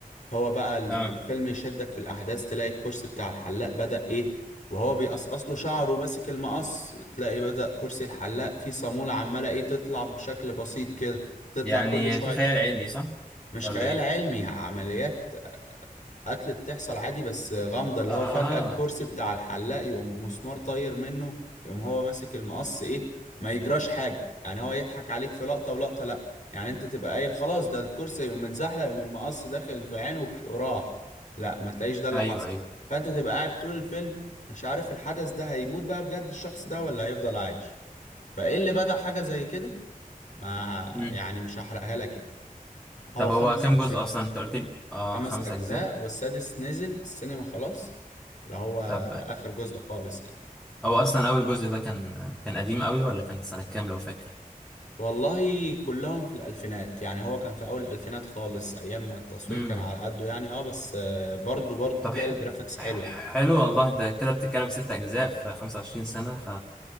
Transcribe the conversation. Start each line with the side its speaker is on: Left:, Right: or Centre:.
Left: هو بقى ال-
Centre: اه
Left: الفيلم يشدك في الأحداث تلاقي الكرسي بتاع الحلاق بدأ إيه وهو بيقصقص له شعره وماسك المقص تلاقي بدأ كرسي الحلاق فيه صامولة عمالة إيه تطلع بشكل بسيط كده تطلع
Centre: يعني
Left: كل شوية
Centre: في خيال علمي صح
Left: مش
Centre: ولا
Left: خيال
Centre: ايه
Left: علمي عمليات قتل بتحصل عادي بس غامضة اللي
Centre: اه
Left: هو فجأة الكرسي بتاع الحلاق يقوم مسمار طاير منه يقوم هو ماسك المقص ايه ما يجراش حاجة يعني هو يضحك عليك في لقطة ولقطة لأ يعني انت تبقى قايل خلاص ده الكرسي يقوم متزحلق يقوم المقص داخل في عينه وف- وراح لأ ما تلاقيش ده اللي
Centre: ايوه
Left: حصل
Centre: ايوه
Left: فانت تبقى قاعد طول الفيلم مش عارف الحدث ده هيموت بقى بجد الشخص ده ولا هيفضل عايش فايه اللي بدأ حاجة زي كده ما
Centre: مم.
Left: يعني مش هحرقها لك يعني هو
Centre: طب
Left: خمس
Centre: هو كام
Left: أجزاء
Centre: جزء اصلا انت قلت لي اه
Left: خمس
Centre: خمس
Left: أجزاء
Centre: اجزاء
Left: والسادس نزل السينما خلاص اللي هو
Centre: طب
Left: آخر جزء خالص يعني
Centre: هو اصلا اول جزء ده كان كان قديم قوي ولا كانت سنه كام لو فاكر
Left: والله كلهم في الألفينات يعني هو كان في أول الألفينات خالص أيام ما التصوير
Centre: امم
Left: كان على قده يعني اه بس آه، برضو برضو
Centre: طب
Left: تلاقي
Centre: ح...
Left: الجرافيكس حلوة
Centre: ح- حلو والله انت كده بتتكلم ست اجزاء في 25 سنه ف